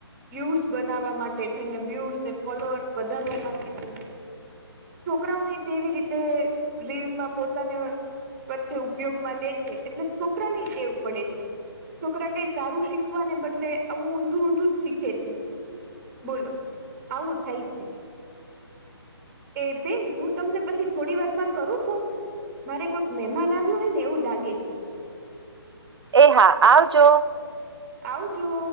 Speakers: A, on the right (about 15°); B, on the right (about 75°).
A: વ્યૂઝ બનાવવા માટે થઈને વ્યૂઝને ફોલોઅર્સ વધારવા માટે થઈને છોકરાઓને તેવી રીતે રીલમાં પોતાને વચ્ચે ઉપયોગમાં લે છે, એટલે છોકરા ને ટેવ પડે છે. છોકરા કઈ સારું શીખવાને બદલે આવું ઊંધું ઊંધું જ શીખે છે. બોલો આવું થાય છે. એ બેન હું તમને પછી થોડી વાર માં કરું ફોન. મારે કોઈક મહેમાન આવ્યો હોય ને એવું લાગે છે.
B: એ હા આવજો.
A: આવજો.